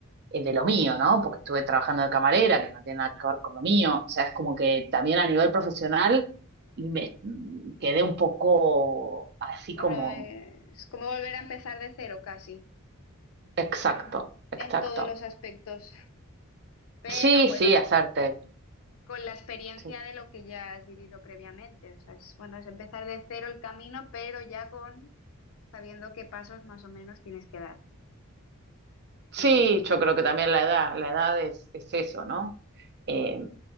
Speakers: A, on the right; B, on the left.
A: eh, de lo mío, ¿no? Porque estuve trabajando de camarera, que no tiene nada que ver con lo mío. O sea, es como que también a nivel profesional y me mm, quedé un poco así
B: Bueno,
A: como,
B: eh, es como volver a empezar de cero casi,
A: exacto,
B: en,
A: exacto.
B: en todos los aspectos. Pero
A: Sí,
B: bueno,
A: sí, hacerte.
B: con la experiencia
A: Sí,
B: de lo que ya has vivido previamente. O sea, es, bueno, es empezar de cero el camino, pero ya con sabiendo qué pasos más o menos tienes que dar.
A: Sí,
B: Entonces, bueno,
A: yo creo que también la edad, la edad es, es eso, ¿no? Eh,